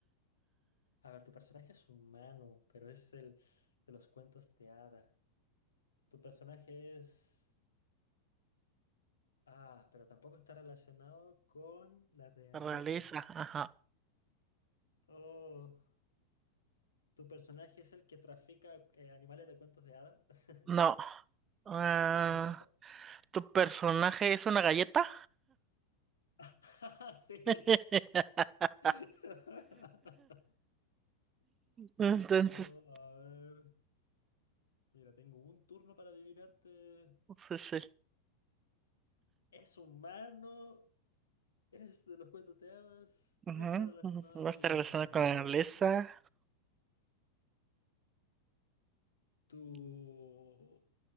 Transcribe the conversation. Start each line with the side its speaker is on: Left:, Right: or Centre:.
Left: a ver, tu personaje es humano, pero es el de los cuentos de hada. Tu personaje es... Ah, pero tampoco está relacionado con la realeza.
Right: Realeza, ajá.
Left: Oh, ¿tu personaje es el que trafica eh, animales de cuentos de hada? <laughs>
Right: No. Ah,
Left: No.
Right: ¿Tu personaje es una galleta?
Left: <laughs> Sí.
Right: <laughs>
Left: <laughs>
Right: Entonces,
Left: Oh, a ver. Mira, tengo un turno para adivinarte.
Right: pues sí.
Left: ¿Es humano? Es de los cuentos de hadas,
Right: Ujú,
Left: no está relacionado
Right: ujú. No
Left: con
Right: está
Left: la
Right: relacionado
Left: realeza.
Right: con la nobleza.
Left: Tu,
Right: Eh,